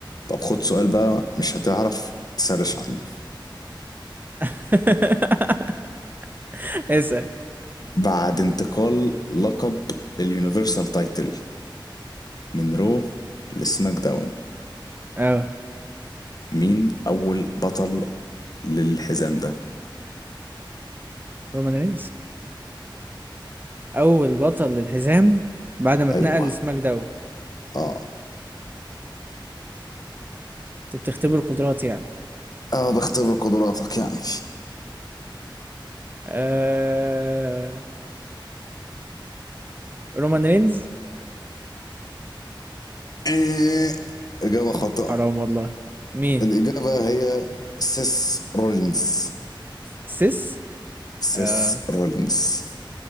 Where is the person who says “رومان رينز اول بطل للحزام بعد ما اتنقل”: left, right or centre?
Right